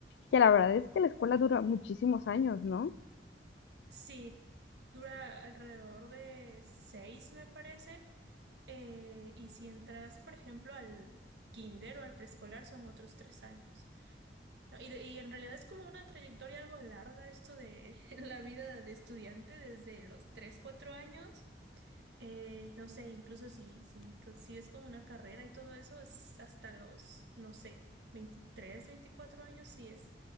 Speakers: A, on the left; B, on the right.
A: que la verdad es que la escuela dura muchísimos años, ¿no?
B: Sí, dura alrededor de seis, me parece. eh, y si entras, por ejemplo, al kinder o al preescolar, son otros tres años. No, Y, de- y en realidad es como una trayectoria algo larga esto de <laughs> la vida de estudiante desde los tres, cuatro años. eh, no sé, incluso si, si consigues con una carrera y todo eso, es hasta los, no sé, 23 24 años, sí es,